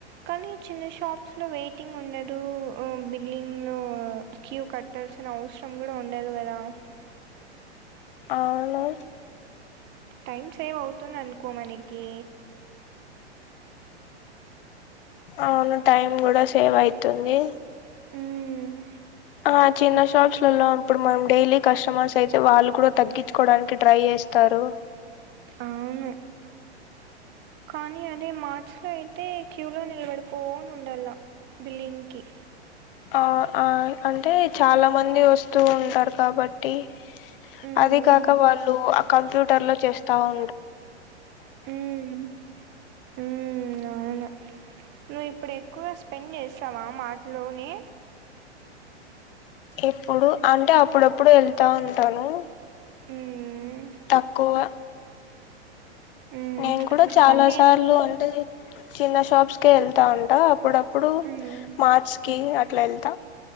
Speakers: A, on the right; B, on the left.
A: కానీ ఈ చిన్న షాప్స్ లో వెయిటింగ్ ఉండదు, బిల్లింగ్ లో క్యూ కట్టాల్సిన అవసరం కూడా ఉండదు కదా
B: అవును
A: టైమ్ సేవ్ అవుతుంది అనుకో మనకి
B: అవును టైం కూడా సేవ్ అయితుంది
A: హ్మ్
B: ఆ చిన్న షాప్స్ లల్లో అప్పుడు మనం డైలీ కస్టమర్స్ అయితే వాళ్ళు కూడా తగ్గించుకోవడానికి ట్రై చేస్తారు
A: అవును కానీ అదే మార్చ్ లో అయితే క్యూ లో నిలబడుకోని ఉండల్లా బిల్లింగ్ కి
B: ఆ ఆ అంటే చాలా మంది వస్తూ ఉంటారు కాబట్టి
A: హ్మ్
B: అది కాక వాళ్ళు ఆ కంప్యూటర్ లో చేస్తా ఉ
A: మ్మ్ మ్మ్ అవును నువ్వు ఇప్పుడు ఎక్కువ స్పెండ్ చేస్తావా మార్ట్ లోని
B: ఎప్పుడు అంటే అప్పుడప్పుడు వెళ్తా ఉంటాను
A: హ్మ్
B: తక్కువ,
A: హ్మ్
B: నేను కూడా చాలా
A: కానీ నేను
B: సార్లు అంటే చిన్న షాప్స్ కే వెళ్తా ఉంట అప్పుడప్పుడు
A: హ్మ్
B: మార్ట్స్ కి అట్లెల్త